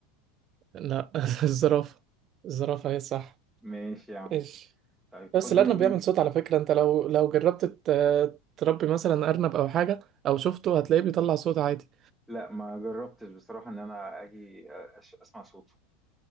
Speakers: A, on the right; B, in the centre.
A: لا <laughs> الزرافة الزرافة هي صح
B: ماشي يا عم
A: ايش
B: طيب
A: بس
B: خد مني
A: الأرنب بيعمل صوت على فكرة أنت لو لو جربت ت- تربي مثلا أرنب أو حاجة أو شفته هتلاقيه بيطلع صوت عادي
B: لا ما جربتش بصراحة ان انا اجي أش- اسمع صوته